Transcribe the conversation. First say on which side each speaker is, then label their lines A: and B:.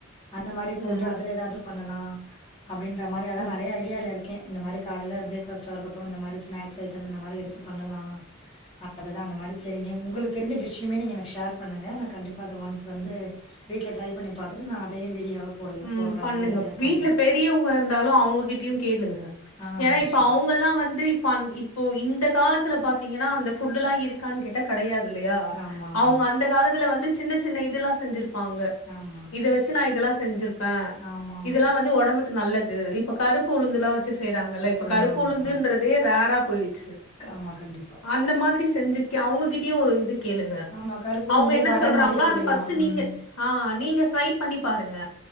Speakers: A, on the left; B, on the left.
A: அந்த மாரி போட்டு
B: ஆமா
A: அதுல எதாது பண்ணலா அப்டின்ற மாரி
B: கரெக்ட்.
A: நெறய ஐடியால இருக்கே இந்த மாரி காலைல ப்ரேக் ஃபாஸ்ட்டா இருக்கட்டு இந்த மாரி ஸ்நாக்ஸ் ஐட்டம் இந்த மாரி எடுத்து பண்ணலா அததா அந்த மாரி சேரி நீ உங்களுக்கு தெரிஞ்ச டிஷ்ஷுமே நீங்க எனக்கு ஷேர் பண்ணுங்க நா கண்டிப்பா அத ஒன்ஸ் வந்து வீட்ல ட்ரை பண்ணி பாத்துட்டு நா அதையு வீடியோவா போடலாம்
B: ம்
A: போடுற
B: பண்ணுங்க
A: மாரி ஐடியா
B: வீட்ல
A: பண்றேன்.
B: பெரியவுங்க இருந்தாலு அவுங்கக்கிட் டியு கேளுங்க
A: ஆ
B: ஏன்னா இப்ப
A: சரி.
B: அவுங்கல்லா வந்து இப்போ அந் இப்போ இந்த காலத்துல பாத் திங்கன்னா அந்த ஃபுட்டுல்லா இருக்கான் கேட்டா கடையா தில்லையா
A: ஆமாமா.
B: அவ்ங்க அந்த காலத்துல வந்து சின்னச் சின்ன இதுல்லா செஞ்சிரு ப்பாங்க
A: ஆமா.
B: இத வச்சி நா இதெல்லா செஞ்சிரு ஆ
A: ஆமாமா.
B: இதெல்லா வந்து ஒடம்புக்கு நல்லது இப்ப கருப்பு உளுந்துல்லா வச்சி செய்றாங்கல்ல இப்ப
A: உளுந்து
B: கருப்பு
A: ஆமா
B: உளுந்துன்றதே ரே ரா போய்டுச்
A: ஆமா கண்டிப்பா
B: அந்த மாதிரி செஞ்சுக்கே அவ்ங்கக்கிட் டியு ஒரு இது கேளுங்க
A: ஆமா கருப்பு உளுந்துலயே
B: அவ்ங்க என்னா
A: வட
B: சொல்றாங்களோ
A: மாரி செய்யலா
B: அத ஃபஸ்ட்டு நீங்க
A: ம்
B: ஆ நீங்க ட்ரை பண்ணி பாருங்க